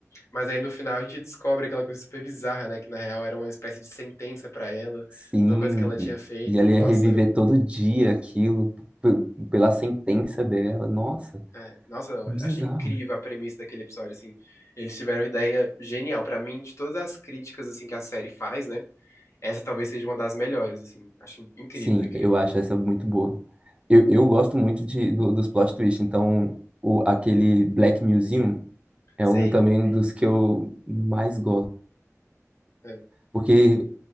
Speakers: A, on the left; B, on the right.
A: Mas aí no final a gente descobre aquela coisa super bizarra, né? Que na real era uma espécie de sentença pra ela,
B: Sim.
A: de uma coisa que ela tinha
B: E,
A: feito.
B: e ela
A: Nossa,
B: ia reviver todo dia aquilo p- pela sentença dela. Nossa,
A: É, nossa, eu
B: bizarro.
A: achei incrível a premissa daquele episódio, assim. Eles tiveram uma ideia genial. Pra mim, de todas as críticas, assim, que a série faz, né? Essa talvez seja uma das melhores, assim. Acho incrível,
B: Sim,
A: incrível.
B: eu acho essa muito boa. Eu, eu gosto muito de, do- dos plot twists. Então, o, aquele Black Museum é
A: Sei.
B: um também dos que eu mais gosto.
A: É,
B: Porque